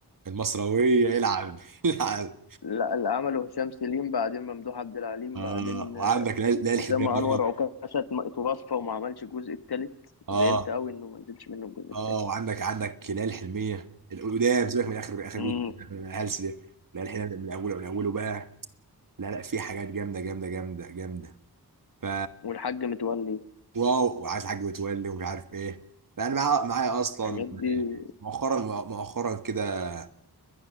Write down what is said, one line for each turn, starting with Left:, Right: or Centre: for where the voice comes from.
Right: المصراويه يلعب <laughs> يلعب
Left: لا اللي عمله هشام سليم بعدين ممدوح عبد العليم
Right: اه
Left: بعدين
Right: وعندك ليالي ليالي الحلميه
Left: أسامة
Right: برضه
Left: أنور عكاشة اتم- اتوفى وما عملش الجزء التالت
Right: اه
Left: زعلت أوي إنه ما نزلش منه الجزء التالت
Right: اه وعندك عندك ليالي الحلميه القدام سيبك من اخر اخر
Left: امم
Right: جزء الهلس ده ليالي الحلميه من اوله من اوله بقى لا لا في حاجات جامده جامده جامده جامده ف
Left: والحاج متولي
Right: واو وعايز حاج متولي ومش عارف ايه فانا معايا معايا اصلا
Left: الحاجات دي
Right: مؤخرا مؤخرا كده